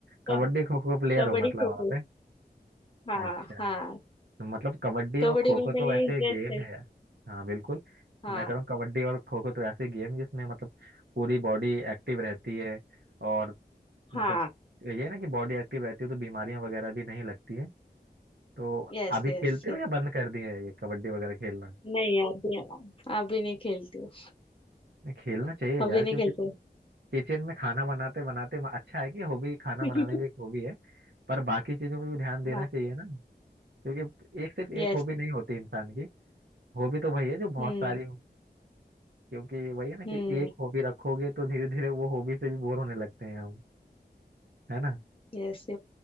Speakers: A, on the right; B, on the left.
A: कबड्डी
B: कब,
A: खो खो प्लेयर
B: कबड्डी
A: हो मतलब
B: खो खो
A: आप है?
B: हाँ
A: अच्छा
B: हाँ
A: मतलब कबड्डी और
B: कबड्डी
A: खो
B: में
A: खो तो
B: मेरे
A: ऐसे
B: इंटरेस्ट
A: गेम
B: है
A: है हाँ बिल्कुल
B: हाँ
A: मैं कह रहा हूँ कबड्डी और खो खो तो ऐसे गेम है जिसमें मतलब पूरी बॉडी एक्टिव रहती है और मतलब
B: हाँ
A: ये है ना कि बॉडी एक्टिव रहती है तो बीमारियां वगैरह भी नहीं लगती है तो
B: Yes
A: अभी
B: yes
A: खेलते हो या बंद कर दिए है ये कबड्डी वगैरह खेलना
B: नहीं अभी अभी नहीं खेलती हूँ
A: नहीं, खेलना चाहिए
B: अभी
A: यार
B: नहीं
A: क्योंकि
B: खेलती
A: किचन में खाना बनाते बनाते अच्छा है कि हॉबी खाना
B: <laughs>
A: बनाने भी एक हॉबी है पर बाकी चीजों पे भी ध्यान देना
B: हाँ
A: चाहिए ना क्योंकि एक सिर्फ एक
B: यस
A: हॉबी नहीं होती इंसान की हॉबी तो वही है जो बहुत
B: हम्म
A: सारी हो क्योंकि वही है ना कि
B: हम्म
A: एक हॉबी रखोगे तो धीरे धीरे वो हॉबी से भी बोर होने लगते हैं हम है ना
B: यस